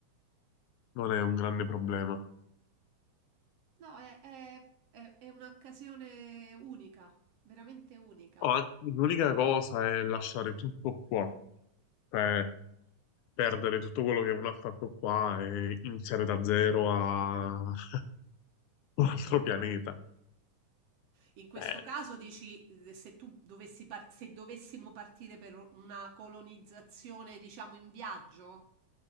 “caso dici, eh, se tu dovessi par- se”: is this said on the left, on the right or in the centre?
Right